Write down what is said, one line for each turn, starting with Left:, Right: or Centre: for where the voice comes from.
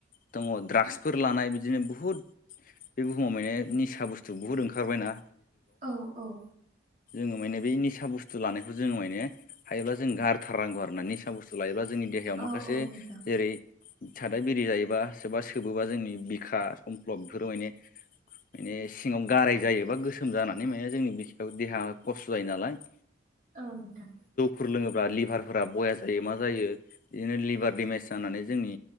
Left: दङ द्राग्सफोर लानाय बिदिनो बुहुत बे बुहुमाव माने निसा बुस्थु बुहुत ओंखारबाय ना
Right: औ औ
Left: जोङो माने बे निसा बुस्थु लानायखौ जोङो माने हायोब्ला जों गारथारनांगौ आरो ना निसा बुस्थु लायोबा जोंनि देहायाव
Right: औ
Left: माखासे
Right: औ नोंथां
Left: जेरै सादा बिरि जायोबा सोरबा सोबोबा जोंनि बिखा समफ्लब बेफोराव माने माने सिङाव गाराय जायोबा गोसोम जानानै माने जोंनि बियाव देहा खस्थ' जायो नालाय
Right: औ नोंथां
Left: सुुर लोङोब्ला लिभारफोरा बया जायो मा जायो बिदिनो लिभार देमेज जानानै जोंनि